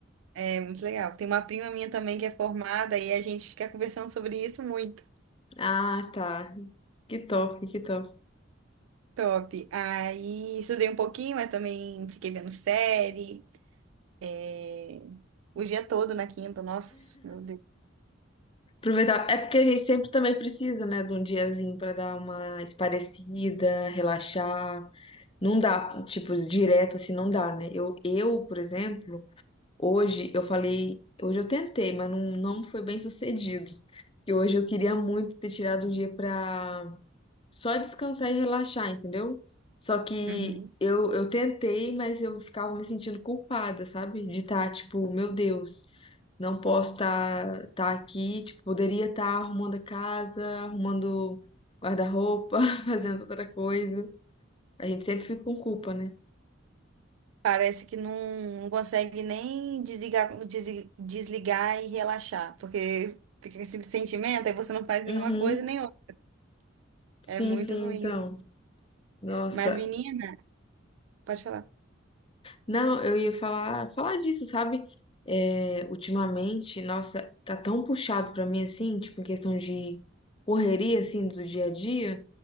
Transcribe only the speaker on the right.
é muito legal. Tem uma prima minha também que é formada e a gente fica conversando sobre isso muito.
Top. Aí estudei um pouquinho, mas também fiquei vendo série. é, O dia todo na quinta, nossa, meu Deus.
Uhum.
Parece que não, não consegue nem desligar, desi- desligar e relaxar, porque fica com esse sentimento, aí você não faz nenhuma
coisa nem outra.
É muito
ruim.
Mas, menina, pode falar.